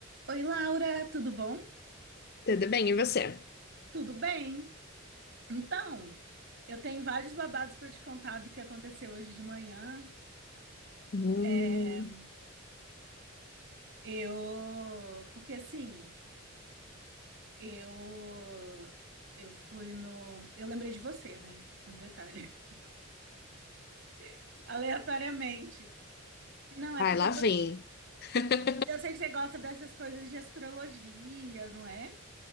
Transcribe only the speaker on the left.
Tudo bem, e você?
Hum,
vai,
lá
vem. <laughs>